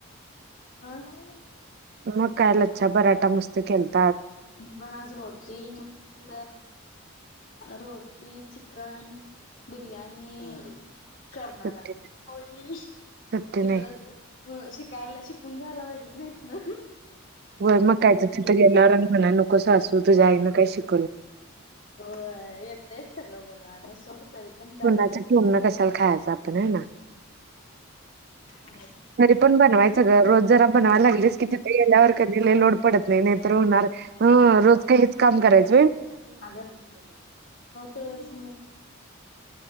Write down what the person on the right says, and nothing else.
मग काय लच्छा बराटा मस्त खेलत
सुट्टी
सुट्टी
नाही.
होय मग काय तर तिथं गेल्यावर आणि म्हणाय न कसं असू तुझ्याई ना काय शिक
कुणाचं ठेवणं कशाला खायचं आपण हाय ना.
ते पण बनवायचंर रोज जर ब लाग की तिथे गेल्यावर कधी लोड पडत नाही नाही तर होणार रोज काहीच काम करायच